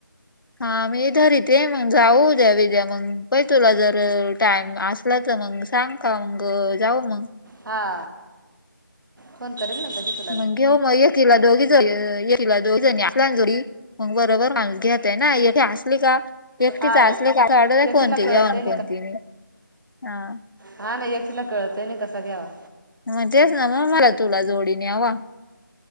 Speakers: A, on the left (about 75°); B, on the right (about 65°).
A: हा मी इधर इथे मग जाऊद्या विद्या मग पय तुला जर टाइम आस लं तर मग सांग का मग जाऊ मग
B: हा. फोन करेल ना <inaudible> तिथं
A: मग घेऊ मग एकीला दोघी जणी एकिला दोघी जणी आसल्या ना जोडी मग बरोबर माणूस घेतय ना <unintelligible> असली का एकटीच
B: हा
A: असली
B: ग
A: का अस वाटतय
B: एकटीला
A: कोणती
B: कळतंय
A: घेवा न कोणती नाही आ.
B: हान एकटीला कळतं ही नाही कसा घ्यावा
A: मग तेच ना मग मला तुला जोडी न्यावा